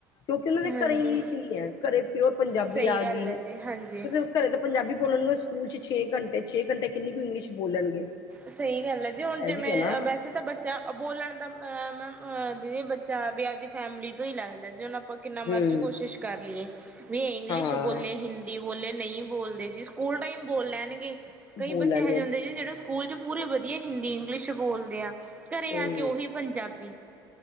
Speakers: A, on the left; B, on the right.
A: ਕਿਉਂਕਿ ਉਹਨਾਂ ਦੇ
B: ਹਾਂਜੀ
A: ਘਰੇ ਇੰਗਲਿਸ਼ ਨਹੀਂ ਹੈ ਘਰੇ ਪਿਓ ਪੰਜਾਬੀ
B: ਸਹੀ
A: ਆ
B: ਗੱਲ
A: ਗਈ।
B: ਹੈ ਜੀ ਹਾਂਜੀ
A: ਘਰੇ ਤਾਂ ਪੰਜਾਬੀੋ ਬੋਲਣਗੇ ਸਕੂਲ ਚ ਛੇ ਘੰਟੇ ਛੇ ਘੰਟੇ ਕਿੰਨੀ ਕੁਈ ਇੰਗਲਿਸ਼ ਬੋਲਣਗੇ।
B: ਸਹੀ ਗੱਲ ਹੈ ਜੀ ਹੁਣ
A: ਇਹ
B: ਜਿਵੇਂ
A: ਵੀ ਹੈ ਨਾ
B: ਵੈਸੇ ਤਾਂ ਬੱਚਾ। ਬੋਲਣ ਦਾ ਮੈਮ ਦੀਦੀ ਬੱਚਾ ਵੀ ਆਪਦੀ ਫੈਮਿਲੀ ਤੋਂ ਹੀ ਲੱਗਦਾ ਜੇ ਹੁਣ ਆਪਾਂ। ਕਿੰਨਾ
A: ਹੂੰ
B: ਮਰਜ਼ੀ ਕੋਸ਼ਿਸ਼ ਕਰ ਲਈਏ ਵੀ ਇੰਗਲਿਸ਼
A: ਹਾਂ
B: ਬੋਲੇ ਹਿੰ। ਬੋਲੇ ਨਹੀਂ ਬੋਲਦੇ ਜੀ ਸਕੂਲ ਟਾਈਮ ਬੋਲ ਲੈਣਗੇ ਕਈ
A: ਬੋਲਣਗੇ
B: ਬੱਚੇ ਇਹੋ ਜਿਹੇ ਹੁੰ ਜੀ ਜਿਹੜੇ। ਸਕੂਲ 'ਚ ਪੂਰੇ ਵਧੀਆ ਹਿੰਦੀ ਇੰਗਲਿਸ਼ ਬੋਲਦੇ ਆ ਘਰ
A: ਹੂੰ।
B: ਆ ਕੇ ਉਹੀ ਪੰਜਾਬੀ।